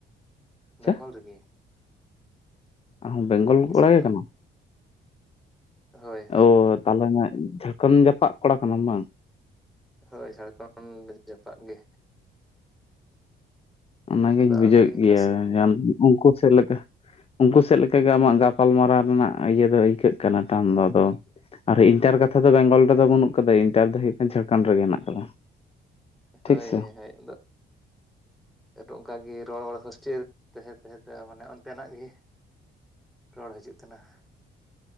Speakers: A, on the left (about 30°); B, in the centre.
A: ᱟᱪᱪᱷᱟ
B: ᱵᱮᱝᱜᱚᱞ ᱨᱮᱜᱮ ᱾
A: ᱟᱢᱦᱚᱸ ᱵᱮᱝᱜᱚᱞ
B: ᱫᱤᱥᱚᱢ
A: ᱠᱚᱲᱟ ᱜᱮ
B: ᱫᱚ
A: ᱠᱟᱱᱟᱢ?
B: ᱦᱳᱭ ᱦᱳᱭ
A: ᱚ ᱛᱟᱦᱚᱞᱮ ᱡᱷᱟᱲᱠᱷᱚᱸᱰ ᱡᱟᱯᱟᱜ ᱠᱚᱲᱟ ᱠᱟᱱᱟᱢ ᱵᱟᱝ?
B: ᱦᱳᱭ ᱡᱷᱟᱲᱠᱷᱚᱸᱰ ᱡᱟᱯᱟᱜ ᱜᱤ᱾
A: ᱚᱱᱟ ᱜᱤᱧ
B: ᱟᱫᱚ
A: ᱵᱩᱡᱷᱟᱹᱣᱮᱫ
B: ᱟᱵᱮᱱ ᱜᱮ
A: ᱜᱮᱭᱟ
B: ᱚᱠᱟ ᱥᱮᱫ
A: ᱦᱮᱸ ᱩᱱᱠᱩ <inaudible> ᱥᱮᱫ ᱞᱮᱠᱟ, ᱩᱱᱠᱩ ᱥᱮᱫ ᱞᱮᱠᱟᱜᱮ ᱟᱢᱟᱜ ᱜᱟᱯᱟᱞᱢᱟᱨᱟᱣ ᱨᱮᱱᱟᱜ ᱤᱭᱟᱹ ᱫᱚ ᱟᱹᱭᱠᱟᱹᱜ ᱠᱟᱱᱟ ᱴᱟᱱ ᱫᱚ ᱟᱫᱚ ᱟᱨ ᱤᱱᱴᱟᱨ ᱠᱟᱛᱷᱟ ᱫᱚ ᱵᱮᱝᱜᱚᱞ ᱨᱮᱫᱚ ᱵᱟᱹᱱᱩᱜ ᱠᱟᱫᱤᱡ, ᱤᱱᱴᱟᱨ ᱫᱚ ᱦᱩᱭᱩᱜ ᱠᱟᱱ ᱡᱷᱟᱲᱠᱷᱟᱸᱱᱰ ᱨᱮᱜᱮ ᱦᱮᱱᱟᱜ ᱠᱟᱫᱟ᱾
B: ᱦᱳᱭ
A: ᱴᱷᱤᱠ ᱥᱮ
B: ᱦᱳᱭ, ᱟᱫᱚ ᱚᱱᱠᱟᱜᱮ ᱨᱚᱲ ᱦᱚᱥᱴᱮᱞ ᱛᱟᱦᱮᱸ ᱛᱟᱦᱮᱸ ᱛᱮ ᱢᱟᱱᱮ ᱚᱱᱛᱮᱱᱟᱜ ᱜᱮ, ᱨᱚᱲ ᱦᱟᱡᱩᱜ ᱠᱟᱱᱟ?